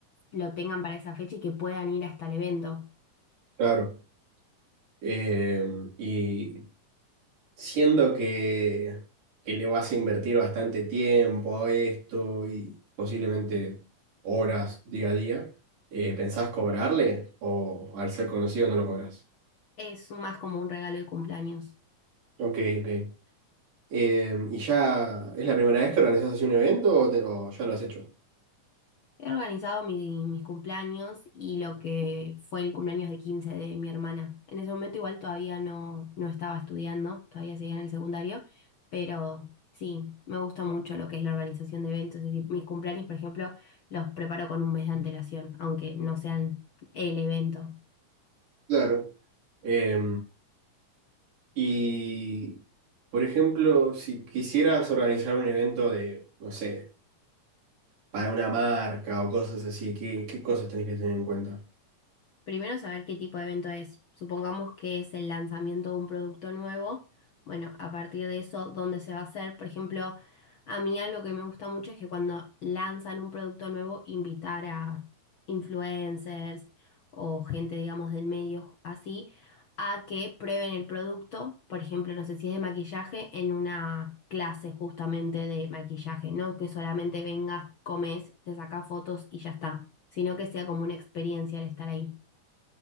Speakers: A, on the left; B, on the right.
A: lo tengan para esa fecha y que puedan ir hasta el evento.
B: Claro. Eh, y siendo que, que le vas a invertir bastante tiempo a esto y posiblemente horas día a día, eh, ¿pensás cobrarle o al ser conocido no lo cobras?
A: Es más como un regalo de cumpleaños.
B: Ok, ok. Eh, ¿y ya es la primera vez que organizas así un evento o, te- o ya lo has hecho?
A: He organizado mi- mis cumpleaños y lo que fue el cumpleaños de 15 de mi hermana. En ese momento igual todavía no, no estaba estudiando, todavía seguía en el secundario, pero sí, me gusta mucho lo que es la organización de eventos. Es decir, mis cumpleaños, por ejemplo, los preparo con un mes de antelación, aunque no sean el evento.
B: Claro. Eh, Y, por ejemplo, si quisieras organizar un evento de, no sé, para una marca o cosas así, ¿qué, qué cosas tenés que tener en cuenta?
A: Primero saber qué tipo de evento es. Supongamos que es el lanzamiento de un producto nuevo. Bueno, a partir de eso, ¿dónde se va a hacer? Por ejemplo, a mí algo que me gusta mucho es que cuando lanzan un producto nuevo, invitar a influencers o gente, digamos, del medio así, a que prueben el producto. Por ejemplo, no sé si es de maquillaje, en una clase justamente de maquillaje, no que solamente vengas, comes, te sacas fotos y ya está, sino que sea como una experiencia el estar ahí.